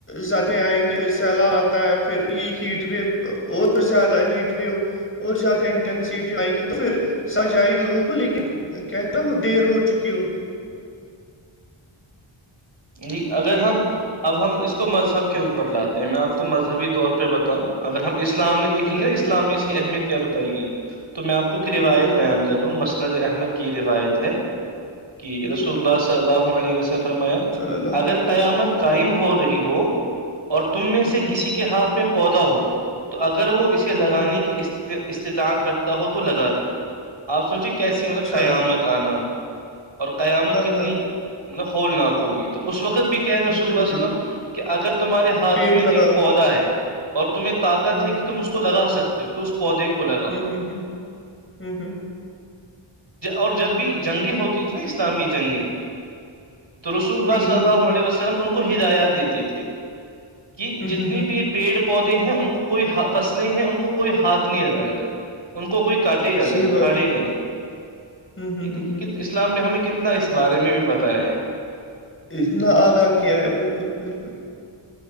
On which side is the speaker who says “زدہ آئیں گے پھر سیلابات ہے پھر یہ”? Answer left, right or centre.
Left